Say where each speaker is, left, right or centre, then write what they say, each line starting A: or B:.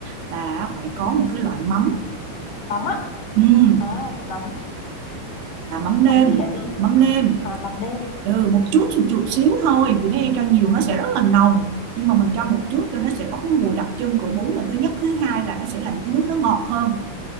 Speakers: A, on the right (about 75°); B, on the left (about 55°).
A: là phải có một cái loại mắm
B: Mắm ạ.
A: Ừm,
B: À, mắm,
A: là mắm
B: mắm
A: nêm
B: gì hả chị?
A: mắm nêm
B: À mắm nêm
A: ừ, một chút một chút xíu thôi vì nếu em cho nhiều nó sẽ rất là nồng nhưng mà mình cho một chút cho nó sẽ có cái mùi đặc trưng của bún lần thứ nhất thứ hai là nó sẽ làm cái nước nó ngọt hơn